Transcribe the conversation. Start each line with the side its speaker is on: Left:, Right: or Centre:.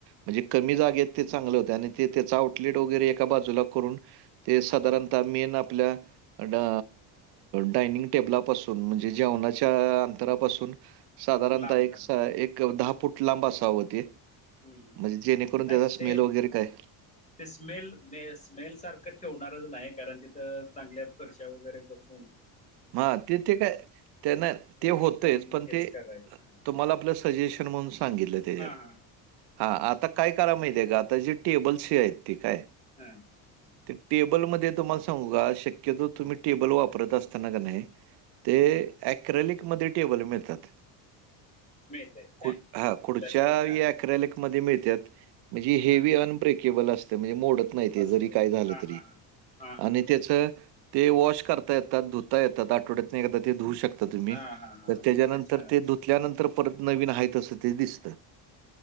Right: म्हणजे कमी जागेत ते चांगलं होते. आणि ते त्याच आउटलेट वगैरे एका बाजूला करून ते साधारणत मीन आपल्या अडा डायनिंग टेबलापासून म्हणजे, जेवणाच्या अंतरापासून साधारणत
Left: लांब
Right: एक
Left: जरासं
Right: स एक दहा फूट लांब असाव ते
Left: हम्म, हम्म.
Right: म्हणजे जेणेकरून
Left: नाही
Right: त्याचा स्मेल
Left: ते
Right: वगैरे काय?
Left: ते स्मेल मेस स्मेल सारखं ठेवणारज नाही कारण तिथं चांगल्या फरशा वगैरे बसवून
Right: हा ते ते काय त्यांना ते
Left: एकदम
Right: होतयत पण
Left: हेच
Right: ते
Left: करायचं
Right: तुम्हाला आपलस सजेशन म्हणून सांगितलं त्येज्यात.
Left: हा हा
Right: हा आता काय कराय माहिती आहे का आता जी टेबलसी आहेत ती काय?
Left: हा हम्म.
Right: ते टेबलमध्येध्ये तुम्हाला सांगू का शक्यतो, तुम्ही टेबल वापरत असताना का नाही ते
Left: हम्म
Right: अॲक्रेलिकमध्ये टेबल मिळतात.
Left: मिळतय काय
Right: खू हा खुर्च्या
Left: प्लास्टिक हा
Right: अँक्रीलिक
Left: हा
Right: मध्ये मिळत्यात, मंजे हेवी
Left: हा
Right: अनब्रेकेबल असतय मंजे मोडत नाही. माहिती आहे
Left: असतय
Right: जरी काय झालं,
Left: हा
Right: तरी
Left: हा हा हा हा हा
Right: आणि त्याच ते वॉश करता येतात धुता येतात आठवड्यात, एकदा ते धुऊ शक त तुम्ही
Left: हा हा हा
Right: तर
Left: मग
Right: त्याच्यानंतर
Left: तेच हा
Right: ते
Left: तस
Right: धुतल्यानंतर, परत नवीन आहेत असं ते दिसतं.